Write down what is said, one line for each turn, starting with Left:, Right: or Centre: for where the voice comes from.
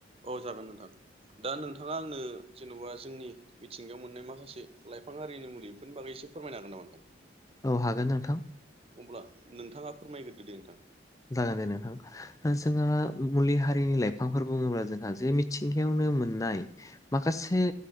Right: औ जागोन नोंथां दा नोंथाङा आंनो जेन'बा जोंनि मिथिंगायाव मोननाय माखासे लाइफां आरिनि मुलिफोरनि बागै एसे फोरमायनो हागोन नामा नोंथां?
Left: औ हागोन नोंथां
Right: अब्ला नोंथाङा फोरमायग्रोदो दे नोंथां।
Left: जागोन दे नोंथां। दा जोंहा मुलि हारिनि लाइफांफोर बुङोब्ला जोंहा जे मिथिंगायावनो मोननाय। माखासे